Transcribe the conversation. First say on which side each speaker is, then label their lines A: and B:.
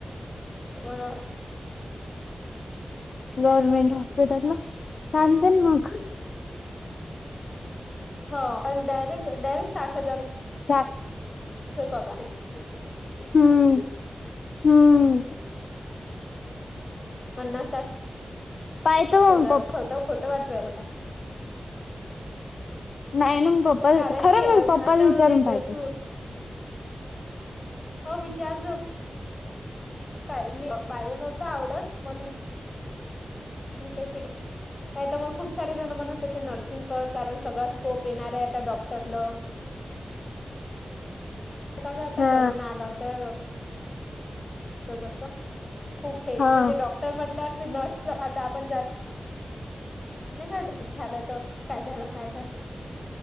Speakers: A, on the left; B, on the left.
A: अह
B: गव्हर्मेंट हॉस्पिटलला चालते ना मग
A: हो डयरेक्ट डायरेक्ट साठ हजार
B: ार
A: दशन
B: हम्म हम्म
A: साय जरू पन्नास साठठ
B: पाहतो
A: हजार
B: मग पप्पा
A: खोट खोट वाटूला का...
B: नाही ना मग पप्पा
A: कारण
B: खरं
A: की आता
B: म पप्पाला
A: म्हणजे
B: विचारून पाहतो..
A: तू हो विचारजो.. का मी बाय नव्हत आवडत म्हणून.. काही ते का त्यामुळे खूप सार... जण म्हणत ते नर्सिंग कर कारण सगळा स्कोप येणार आहे आता डॉक्टरला... का का आता
B: हा
A: करून आला होता.. त तस खूप हे
B: हा
A: म्हणजे डॉक्टर म्हटल्या ते नर्स आता आपण जात... नाही का झालं तर काय झालं काय झालं..